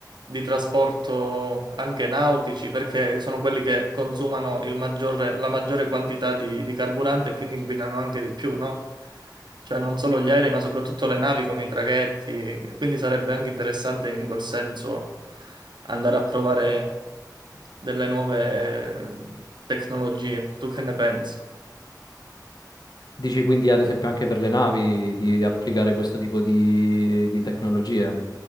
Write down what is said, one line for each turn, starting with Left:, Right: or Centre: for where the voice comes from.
Right: di trasporto anche nautici, perché sono quelli che consumano il maggiore- la maggiore quantità di, di carburante e quindi inquinano anche di più, no? Cioè non solo gli aerei, ma soprattutto le navi come i traghetti, quindi sarebbe anche interessante in quel senso andare a provare delle nuove tecnologie. Tu che ne pensi?
Left: Dici quindi ad esempio anche per le navi di, di applicare questo tipo di, di tecnologia?